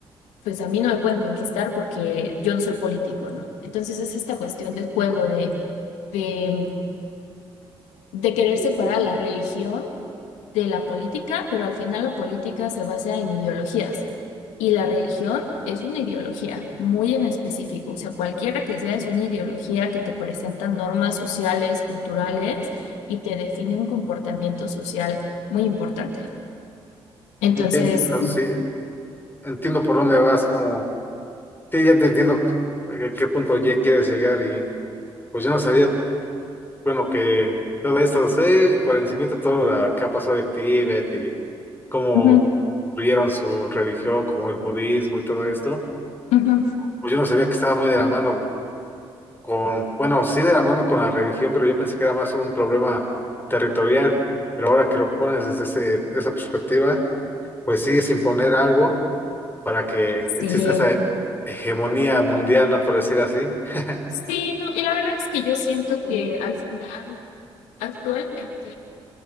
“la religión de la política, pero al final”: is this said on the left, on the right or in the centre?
Left